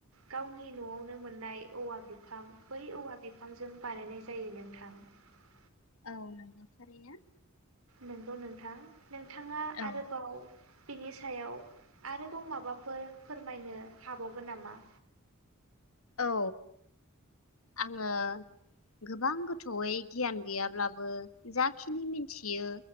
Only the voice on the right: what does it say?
गावनि न'आवनो मोननाय औवा बि फां बै औवा बिफां बानायनाय जायो नोंथां ।
नंगौ नोंथां । नोंथाङा
आरोबाव बिनि सायाव आरोबाव माबाफोर फोरमायनो हाबावगोन नामा?